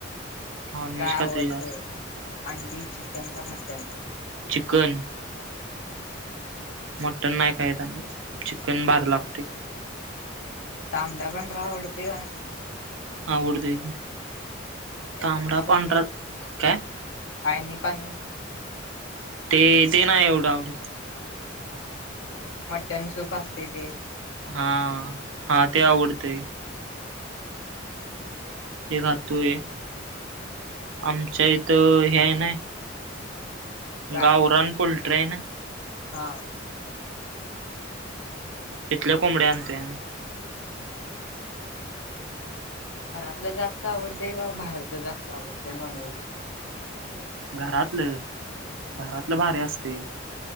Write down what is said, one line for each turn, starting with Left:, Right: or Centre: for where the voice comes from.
Right: non veg
Left: काय
Right: खातुय
Left: आवडते
Right: जास्त.
Left: अंडी चिकन का मटन.
Right: चिकन.
Left: हा हा.
Right: मटन नाही कायदा चिकन भर लागतय.
Left: तांबडा पांढरा आवडतोय का.
Right: आवडतय
Left: आणि ते
Right: तांमडा
Left: आळणी पाणी
Right: पंढरा काय?
Left: आळणी पाणी.
Right: ते ते नाही एवढं आवड.
Left: ते मटन सूप असतेय ते.
Right: हा हा ते आवडतय. ते खातोय.
Left: हां.
Right: आमच्या इथं हे हाय नाही.
Left: काय
Right: गावरान पोल्ट्री हाय ना.
Left: हा.
Right: तितल्या कोंबड्या आनतूय आमी.
Left: हा हा. घरातलं जास्त आवडते का बाहेरच जास्त आवडते नॉनव्हेज.
Right: घरातलं घरातलं भारी असते